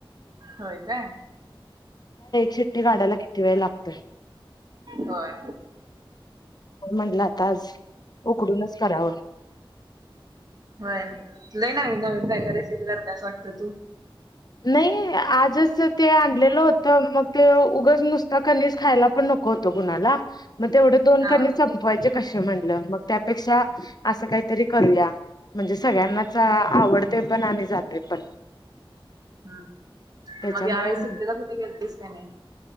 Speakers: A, on the right; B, on the left.
A: होय काय
B: शिट्टठी काढायला
A: हम्म.
B: किती वेळ लागतो
A: होय
B: म्हटला तज उकडूनच करावं
A: होय लई ना् नवीन काय का रेसिपी करतेस वाटतं तू
B: नाही आज जस ते आणलेलं होत मग ते उगच नुसत कनीस खायला पण नको होतं कुणाला मग तेवढं दोन
A: हा
B: कणीस संपवायचे कसे म्हणलं मग त्यापेक्षा असं काहीतरी करूया म्हणजे सगळ्यांनाच आवडते पण आणि जाते पण
A: हम्म
B: त्याच्यामुळे
A: मग यावेेळीस सुट्टीला कुठे गेलतेस काही नाही